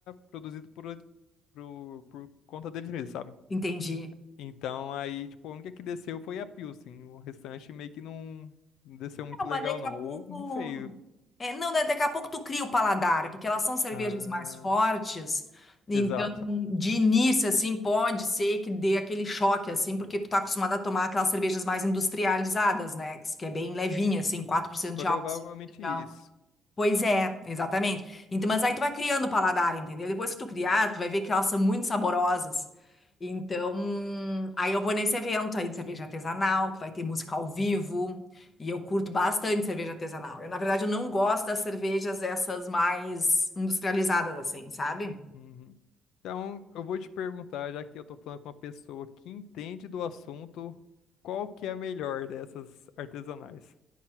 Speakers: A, on the left; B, on the left.
A: produzida por, ele- pro- por, conta deles mesmos, sabe?
B: <laughs> Entendi.
A: Então aí, tipo, a única que desceu foi a Pilsen. O restante meio que não não desceu muito
B: Não, mas
A: legal,
B: daqui
A: não.
B: a pouco.
A: Ou não sei.
B: É, não, né, daqui a pouco tu cria o paladar, é porque elas são cervejas
A: Ah,
B: mais fortes. Então,
A: exato.
B: de início, assim, pode ser que dê aquele choque, assim, porque tu tá acostumado a tomar aquelas cervejas mais industrializadas, né? Que é bem levinha, assim, 4%
A: Provavelmente
B: de álcool.
A: isso.
B: Pois é, exatamente. Então, mas aí tu vai criando o paladar, entendeu? Depois que tu criar, tu vai ver que elas são muito saborosas. Então, aí eu vou nesse evento aí de cerveja artesanal, que vai ter música ao vivo, e eu curto bastante cerveja artesanal. Eu, na verdade, eu não gosto das cervejas essas mais industrializadas, assim, sabe?
A: Uhum. Então, eu vou te perguntar, já que eu tô falando com uma pessoa que entende do assunto, qual que é a melhor dessas artesanais?